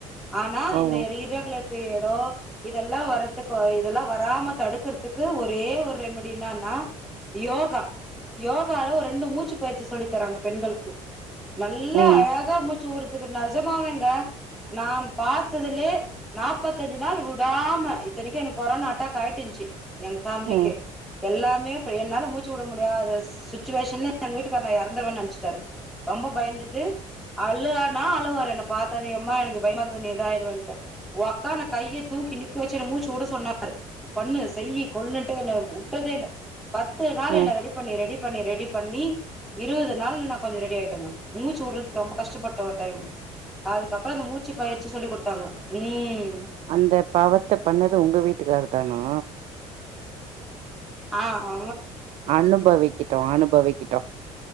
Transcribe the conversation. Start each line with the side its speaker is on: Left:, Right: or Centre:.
Centre: ஆனா
Right: ஓஹோ!
Centre: இந்த எ இர்ரெகுலர் பீரியடோ இதெல்லா வரதுக்கு இதெல்லா வராம தடுக்கறதுக்கு ஒரே ஒரு ரெமடி என்னன்னா யோகா யோகால ஒரு ரெண்டு மூச்சு பயிற்சி சொல்லி தராங்க பெண்களுக்கு நல்லா
Right: ம்,
Centre: அழகா மூச் சு உடுறதுக்கு நெ ஜமாவேங்க நான் பாத்ததுலயே நாப்பத்தஞ்சு நாள் விடாம இத்தனைக்கி எனக்கு கொரோனா அட்டாக் ஆயிட்டுருந்துச்சி எங்க ஃபேமிலிக்கி
Right: ம்,
Centre: எல்லாமே இப்ப என்னால மூச்சு விட முடியாத ஸ் சுச்சுவேஷனு எங்க வீட்டுக்கார்ரு நா எறந்துருவன்னு நெனச்சிட்டாரு ரொம்ப பயந்துட்டு அழுகன்னா அழுக அவரு என்ன பாத்தவுன்னே யம்மா எனக்கு பயமா இருக்குது நீ இதாயிருவன்ட்டு ஒக்காந்து கைய தூக்கி நிக்க வச்சு எனக்கு மூச்சு உட சொன்னாரு பண்ணு செய்யி கொள்ளுன்ட்டு என்ன உட்டதே இல்ல பத்து நாளு
Right: ம்.
Centre: என்ன ரெடி பண்ணி ரெடி பண்ணி ரெடி பண்ணி இருவது நாள்ல நா கொஞ்சோ ரெடி ஆயிட்டங்க மூச்சு உடுறதுக்கு ரொம்ப கஷ்டப்பட்ட ஒரு டைம் அதுக்கப்புற அந்த மூச்சு பயிற்சி சொல்லி குடுத்தாங்க ம்
Right: அந்த பாவத்த பண்ணது உங்க வீட்டுக்கார்ருதா னா?
Centre: ஆ ஆ
Right: அனுபவிக்கட்டு அனுபவி க்கட்டு